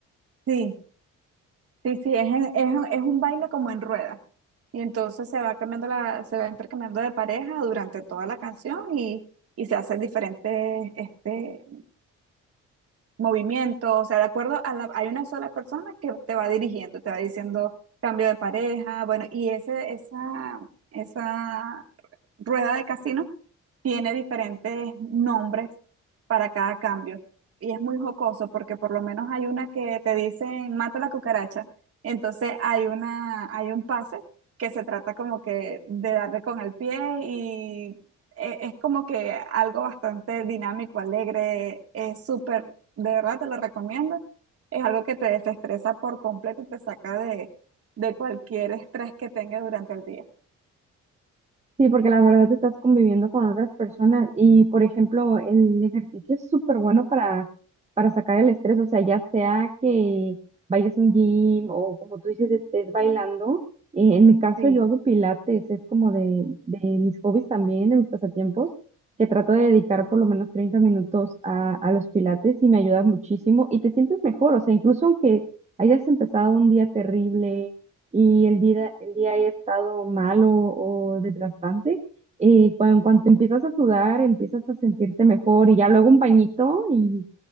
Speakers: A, on the right; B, on the right.
A: Sí. Sí, sí, es, en- es, en- es un baile como en rueda. Y entonces se va cambiando la, se va intercambiando de pareja durante toda la canción y, y se hacen diferentes este, movimientos. O sea, de acuerdo a la, hay una sola persona que te va dirigiendo, te va diciendo cambio de pareja, bueno, y ese, esa, esa rueda de casino tiene diferentes nombres para cada cambio. Y es muy jocoso porque por lo menos hay una que te dicen mata la cucaracha. Entonces hay una, hay un pase que se trata como que de darle con el pie y e- es como que algo bastante dinámico, alegre, es súper, de verdad te lo recomiendo. Es algo que te desestresa por completo y te saca de, de cualquier estrés que tengas durante el día.
B: Sí, porque la verdad te estás conviviendo con otras personas y, por ejemplo, el ejercicio es súper bueno para, para sacar el estrés, o sea, ya sea que vayas a un gym o como tú dices, estés bailando. Eh, en mi caso,
A: Sí.
B: yo hago pilates, es como de, de mis hobbies también, de mis pasatiempos, que trato de dedicar por lo menos 30 minutos a, a los pilates y me ayuda muchísimo y te sientes mejor, o sea, incluso aunque hayas empezado un día terrible y el día, el día haya estado malo o desgastante, eh, cuando en empiezas a sudar, empiezas a sentirte mejor y ya luego un bañito y